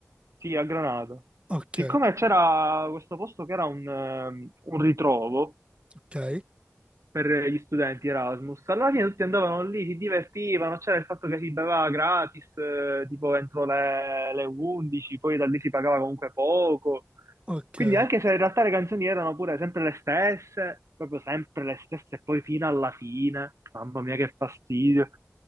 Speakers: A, on the right; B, on the right.
A: sì, a Granada,
B: Ok,
A: siccome c'era questo posto che era un ehm, un ritrovo,
B: ok,
A: per gli studenti Erasmus. Alla fine tutti andavano lì, si divertivano, c'era il fatto che si beveva gratis, eh, tipo entro le, le 11, poi da lì si pagava comunque poco.
B: ok.
A: Quindi anche se in realtà le canzoni erano pure sempre le stesse, proprio sempre le stesse, e poi fino alla fine, mamma mia che fastidio.